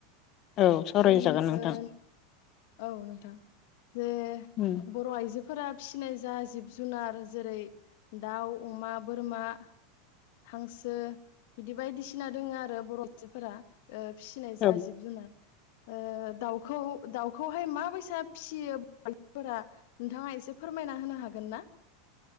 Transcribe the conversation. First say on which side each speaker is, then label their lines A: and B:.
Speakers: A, on the left; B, on the left.
A: औ सावरायजागोन
B: आरो नों ओ
A: नोंथां।
B: औ नोंथां जे
A: औ
B: बर आइजो फोरा फिसिनाय जा जिब जुनार जेरै- दाउ अमा बोरमा हांसो बिदि बायदिसिना दोङो आरो बर- जोफोरा फिसिनाय
A: औ
B: जा जिब जुनार ओ दाउखौ दाउ खौहाय माबायसा फिसियो <unintelligible> फोरा नोंथाङा एसे फोरमायना होनो हागोन ना?